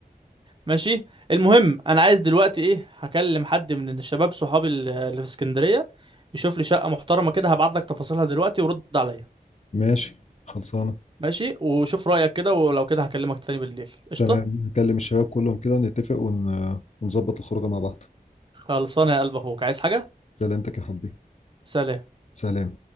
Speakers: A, on the right; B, on the left.
A: ماشي المهم انا عايز دلوقتي ايه هكلم حد من الشباب صحابي ال- اللي في اسكندرية يشوف لي شقة محترمة كده هبعت لك تفاصيلها دلوقتي ورد عليا
B: ماشي خلصانة
A: ماشي وشوف رأيك كده ولو كده هكلمك تاني بالليل قشطة
B: تمام هكلم الشباب كلهم كده ونتفق ون... ونظبط الخروجة مع بعض
A: خلصانة يا قلب اخوك عايز حاجة
B: سلامتك يا حبي
A: سلام
B: سلام